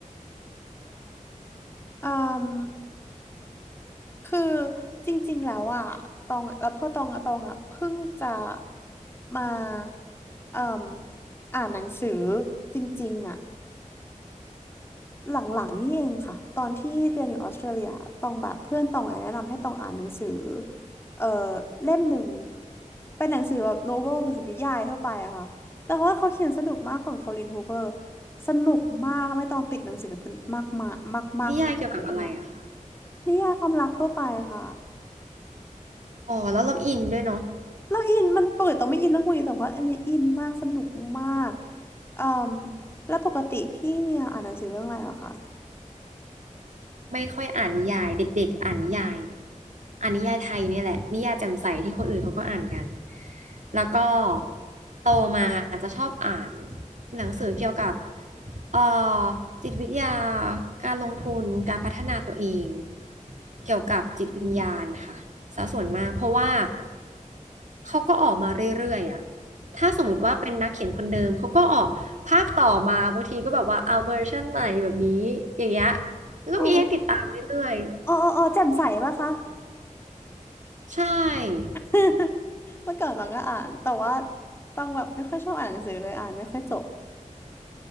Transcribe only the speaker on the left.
เอ่มคือจริงๆแล้วอ่ะตองอะแล้วพอตองอะตองอ่ะเพิ่งจะมาเอ่มอ่านหนังสือจริงๆอ่ะ หลังๆนี่เองค่ะตอนที่เรียนอยู่ออสเตรเลียตองแบบเพื่อนตองอะแนะนำให้ตองอ่านหนังสือเอ่อเล่มหนึ่งเป็นหนังสือแบบโนเวลเป็นสือนิยายทั่วไปอะค่ะแต่ว่าเขาเขียนสนุกมากของคอลินฮูเบอร์สนุกมากทำให้ตองติดหนังสือเพิ่นมากมากมากมากเป็นตั้งแต่ต้นมา
นิยายความรักทั่วไปค่ะ
เราอินมันปกติตองไม่อินเรื่องพวกนี้แต่ว่าอันนี้อินมากสนุกมากเอ่มแล้วปกติพี่เมียอ่านหนังสือเรื่องอะไรอะคะ
อ๋ออ๋ออ๋ออ๋อแจ่มใสปะคะ
<laughs> เมื่อก่อนตองก็อ่านแต่ว่าต้องแบบไม่ค่อยชอบอ่านหนังสือเลยอ่านไม่ค่อยจบ